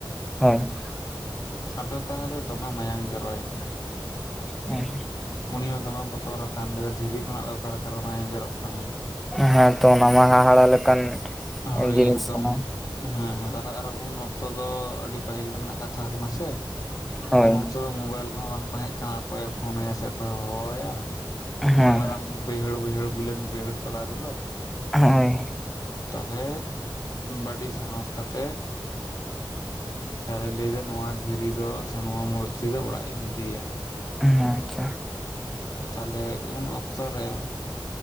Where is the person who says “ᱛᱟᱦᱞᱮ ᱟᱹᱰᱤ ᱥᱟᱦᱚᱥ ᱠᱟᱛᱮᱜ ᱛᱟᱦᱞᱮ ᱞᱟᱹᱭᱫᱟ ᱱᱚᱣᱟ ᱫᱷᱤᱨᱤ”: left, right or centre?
Left